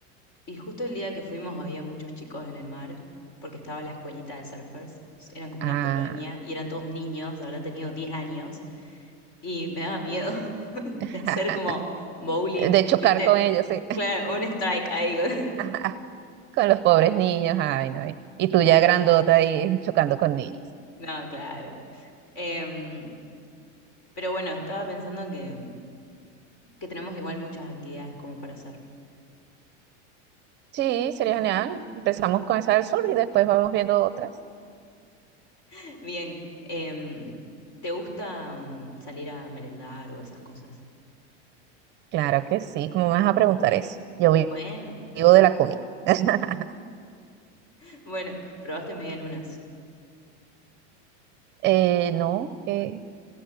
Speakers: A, on the left; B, on the right.
A: Y justo el día que fuimos había muchos chicos en el mar, porque estaba la escuelita de surfers, eran como
B: Ah,
A: una colonia y eran todos niños, habrán tenido 10 años, y me daba miedo <laughs>
B: <laughs>
A: de hacer como bowling,
B: de chocar
A: ¿viste?
B: con ellos, sí.
A: Claro, un strike ahí. <laughs>
B: <laughs> Con los pobres niños, ay, no. Y y tú ya grandota ahí chocando con niños.
A: No, claro. Em, pero bueno, estaba pensando que, que tenemos igual muchas actividades como para hacer.
B: Sí, sería genial. Empezamos con esa del sur y después vamos viendo otras.
A: <laughs> Bien, em, ¿te gusta mm, salir a merendar o esas cosas?
B: Claro que sí, ¿cómo me vas a preguntar eso? Yo vi-
A: Bueno,
B: vivo de la comida. <laughs>
A: <laughs> bueno, probaste medialunas.
B: Eh, no, que